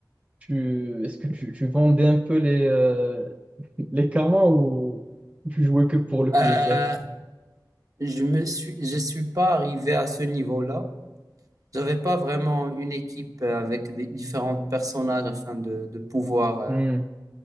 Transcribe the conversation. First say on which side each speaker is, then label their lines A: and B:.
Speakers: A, on the right (about 20°); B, on the right (about 50°).
A: Tu, est-ce que tu, tu vendais un peu les, euh, les karmas ou tu jouais que pour le plaisir?
B: Euh, je me suis, je suis pas arrivé à ce niveau-là. J'avais pas vraiment une équipe euh, avec des différents personnages afin de, de pouvoir euh,
A: Hmm,